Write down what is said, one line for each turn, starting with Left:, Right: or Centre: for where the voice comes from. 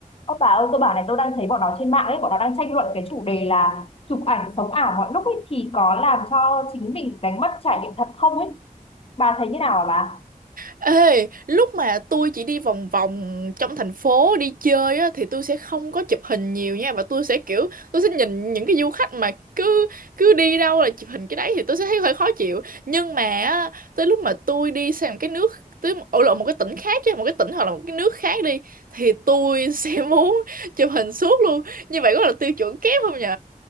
Left: Ơ bà ơi, tôi bảo này tôi đang thấy bọn nó trên mạng ấy, bọn nó đang tranh luận cái chủ đề là chụp ảnh sống ảo mọi lúc ấy thì có làm cho chính mình đánh mất trải nghiệm thật không ấy. Bà thấy như nào hả bà?
Right: Ê, lúc mà tôi chỉ đi vòng vòng trong thành phố đi chơi á, thì tôi sẽ không có chụp hình nhiều nha và tôi sẽ kiểu tôi sẽ nhìn những cái du khách mà cứ cứ đi đâu là chụp hình cái đấy thì tôi sẽ thấy hơi khó chịu nhưng mà á, tới lúc mà tôi đi sang một cái nước tới ở lộ một cái tỉnh khác chứ một cái tỉnh hoặc là một cái nước khác đi thì tôi sẽ <laughs> muốn chụp hình suốt luôn như vậy có là tiêu chuẩn kép không nhỉ